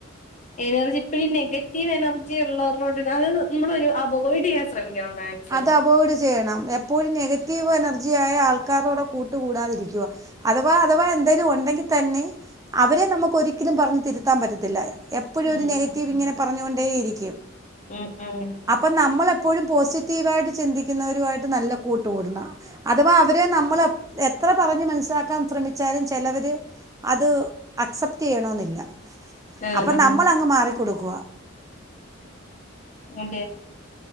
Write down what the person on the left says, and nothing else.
എനർജി ഇപ്പോഴ ഈ നെഗറ്റീവ് എനർജി ഉള്ളവരോട് അത് നമ്മളൊ ഒന്ന് അവോയ്ഡ് ചെയ്യാൻ ശ്രമിക്കണം മാക്സിമം
ഉം
ഉം
ഉം ഉം
ആഹ്
ആഹ്
അതെ